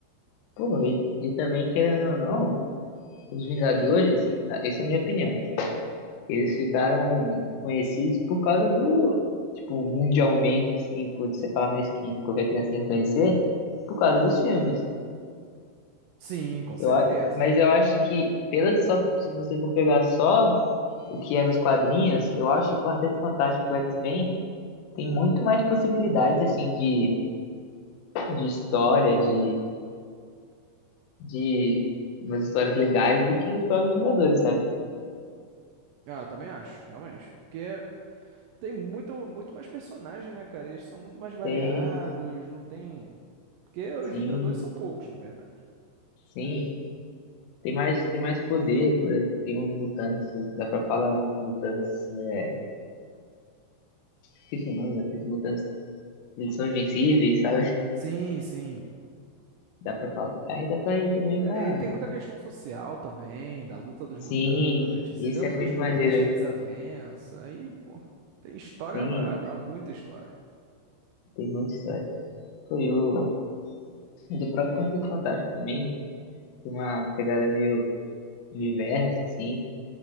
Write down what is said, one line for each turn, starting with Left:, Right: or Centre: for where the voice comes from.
Left: Pô, e, e também, querendo ou não, os Vingadores, ah, essa é a minha opinião, tá? Eles ficaram conhecidos por causa do, tipo, mundialmente, assim, por você falar na esquina, qualquer criança reconhecer, por causa dos filmes.
Right: Sim, com certeza.
Left: Eu, a- mas eu acho que, pelas só, se você for pegar só o que é nos quadrinhos, eu acho o Quarteto Fantástico e o X-Men tem muito mais possibilidades, assim, de, de história, de, de umas histórias legais do que os próprios Vingadores, sabe?
Right: Ah, eu também acho, realmente. Porque tem muito, muito mais personagem, né, cara? Eles são muito mais variados,
Left: Tem,
Right: não tem. Porque os
Left: sim,
Right: Vingadores são poucos, na verdade.
Left: sim. Tem mais, tem mais poder, por exemplo, tem os mutantes, dá pra falar dos mutantes, é, esqueci o nome, aqueles mutantes, eles são invencíveis, sabe? <laughs>
Right: Sim, sim.
Left: Dá pra falar. Aí dá pra ir também
Right: É,
Left: pra...
Right: e aí tem muita questão social também, da luta dos
Left: Sim,
Right: mutantes,
Left: esse
Right: e dentro
Left: é muito
Right: dos mutantes
Left: maneiro.
Right: tem desavença, aí, pô, tem história
Left: Sim,
Right: pra, pra muita história.
Left: tem muita história. Foi o... Mas o próprio Quarteto Fantástico também tem uma, uma pegada meio universo, sim